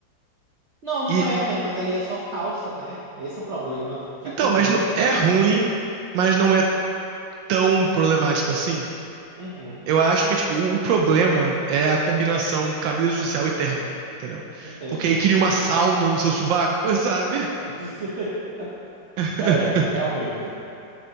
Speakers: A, on the right; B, on the right.
A: Não, não
B: E,
A: é, né? Mas aí é só calça, né? Esse é o problema. Que
B: então,
A: a camisa.
B: mas não- é
A: Que
B: ruim,
A: as-
B: mas não é tão problemático assim.
A: Uhum.
B: Eu acho que, tipo, o o problema é a combinação camisa social e terno, entendeu?
A: Entendo.
B: Porque aí cria uma sauna no seu sovaco, sabe?
A: <laughs>
B: <laughs>
A: É, realmente.